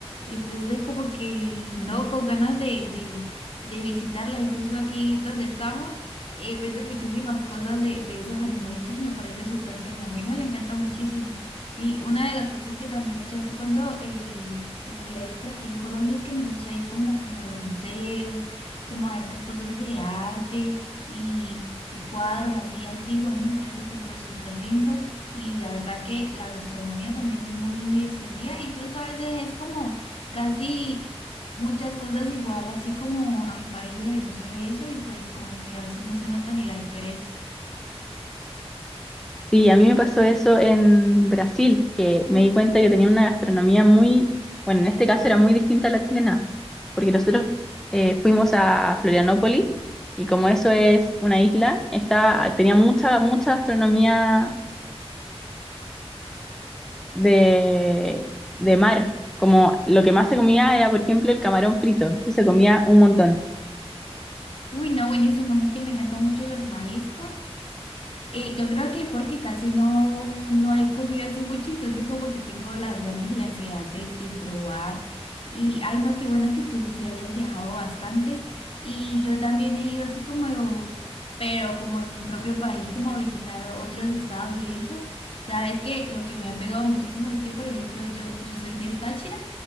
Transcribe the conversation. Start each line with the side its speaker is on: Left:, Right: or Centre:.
Left: Entonces, como que, no, con ganas de, de, de visitarlas. Incluso aquí donde estamos, eh, venden muchísimas cosas de, de esos animalitos y me parece súper tierno. A mi hijo le encanta muchísimo. Y una de las cosas que también he hecho así cuando eh, estoy aquí por aquí en Colombia es que me gusta ir como, como a los museos, como a esas cosas de arte y cu- cuadros así antiguos, a mí me parece súper, súper lindo y, y la verdad que la gastronomía también es muy, muy extendida, incluso a veces es como casi muchas cosas igual, así como a mi país de Venezuela y eso, y pues como que a veces no se nota ni la diferencia.
Centre: Sí, a mí me pasó eso en Brasil, que me di cuenta que tenía una gastronomía muy, bueno, en este caso era muy distinta a la chilena, porque nosotros eh, fuimos a Florianópolis y como eso es una isla, está, tenía mucha, mucha gastronomía de, de mar, como lo que más se comía era, por ejemplo, el camarón frito, eso se comía un montón.
Left: Uy, no, buenísimo, a mí que me encantan mucho los mariscos. Y yo creo que es porque casi no, no he comido así mucho, entonces como que tengo las ganas y la ansiedad de, de probar. Y ay no, qué bueno que tú sí hayas viajado bastante. Y yo también he ido así como, pero como en mi propio país, como a visitar otros estados y eso. Sabes que lo que me ha pegado muchísimo es que, por ejemplo, yo, yo soy del Táchira